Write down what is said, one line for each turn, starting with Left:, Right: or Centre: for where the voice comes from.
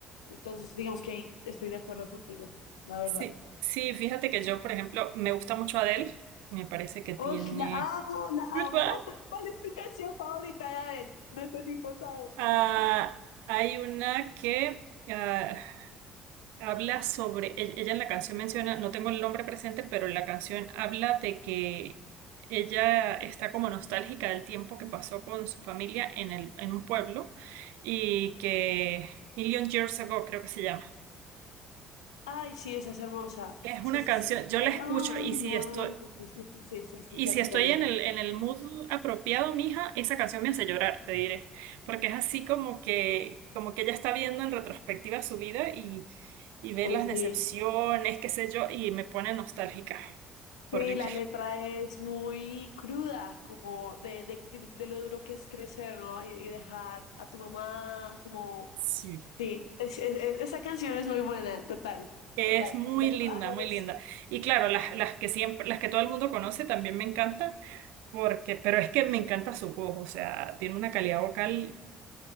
Left: Entonces, digamos que estoy de acuerdo contigo, la verdad.
Right: Sí, sí, fíjate que yo, por ejemplo, me gusta mucho Adele. Me parece que tiene...
Left: ¡Oh, la amo, la
Right: ¿Verdad?
Left: amo! <laughs> ¿Cuál es tu canción favorita de Adele? Necesito saberla.
Right: Ah, hay una que... ah, habla sobre, e- ella en la canción menciona, no tengo el nombre presente, pero la canción habla de que ella está como nostálgica del tiempo que pasó con su familia en el, en un pueblo y que Million Years Ago creo que se llama.
Left: Ay, sí, esa es hermosa.
Right: Es
Left: Sí,
Right: una
Left: sí,
Right: canción,
Left: sí.
Right: yo la
Left: I
Right: escucho
Left: only
Right: y si
Left: want
Right: estoy,
Left: to- Sí, sí, sí, sí, sí,
Right: Y
Left: ya
Right: si
Left: sé
Right: estoy
Left: cuál es.
Right: en el, en el mood apropiado, mija, esa canción me hace llorar, te diré. Porque es así como que, como que ella está viendo en retrospectiva su vida y, y ve
Left: Hoy
Right: las
Left: sí.
Right: decepciones, qué sé yo, y me pone nostálgica.
Left: Sí,
Right: Horrible.
Left: la letra es muy cruda, como de, de, de lo duro que es crecer, ¿no? Y, y dejar a tu mamá, como...
Right: Sí.
Left: Sí, es- es- es- esa canción es muy buena, total,
Right: Es
Left: total.
Right: muy
Left: De acuerdo.
Right: linda,
Left: Adele
Right: muy linda. Y claro, las, las que siempre, las que todo el mundo conoce también me encantan, porque, pero es que me encanta su voz, o sea, tiene una calidad vocal,